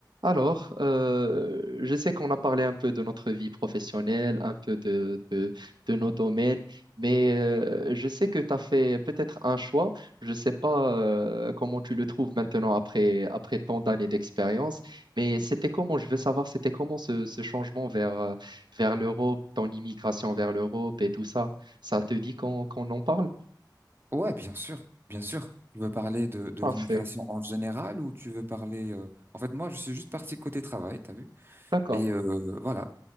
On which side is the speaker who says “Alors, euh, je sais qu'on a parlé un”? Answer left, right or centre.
Right